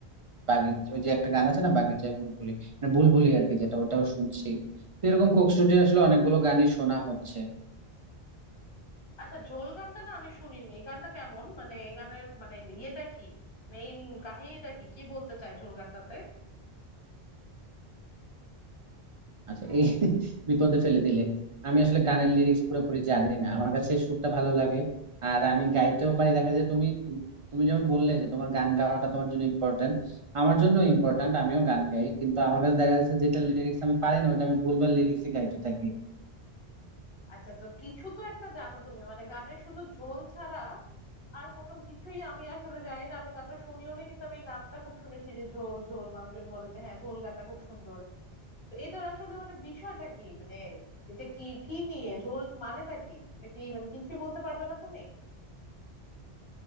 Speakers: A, on the right; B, on the left.
A: বাগিচ ওই যে একটা গান আছে না বাগিচায় বুলবুলি মানে বুলবুলি আর কি যেটা ওটাও শুনছি তো এরকম কোক স্টুডিও আসলে অনেকগুলো গানই শোনা হচ্ছে
B: আচ্ছা ঝোল গানটা না আমি শুনিনি এই গানটা কেমন মানে এই গানের মানে ইয়েটা কি মেইন কাহিনীটা কি কি বলতে চায় ঝোল গানটাতে
A: আচ্ছা এই বিপদে ফেলে দিলে আমি আসলে গানের লিরিক্স পুরোপুরি জানি না আমার কাছে সুরটা ভালো লাগে আর আমি গাইতেও পারি দেখা যায় তুমি তুমি যেমন বললে যে তোমার গান গাওয়াটা তোমার জন্য ইম্পর্ট্যান্ট আমার জন্য ইম্পর্ট্যান্ট আমিও গান গাই কিন্তু আমার কাছে দেখা যাচ্ছে যেটা লিরিক্স আমি পারি না ওইটা আমি ভুলভাল লিরিক্সই গাইতে থাকি
B: আচ্ছা তো কিছু তো একটা জানো তুমি মানে গানের শুধু ঝোল ছাড়া আর কোনো কিছুই আমি আসলে জানি না আমি গানটা শুনিও নি কিন্তু আমি এই নামটা খুব শুনেছি যে ঝোল ঝোল মানুষজন বলে যে হ্যাঁ ঝোল গানটা খুব সুন্দর তো এটার আসলে মানে বিষয়টা কি মানে এটা কি কি নিয়ে ঝোল মানেটা কি এটা কি মানে কিছুই বলতে পারবে না তুমি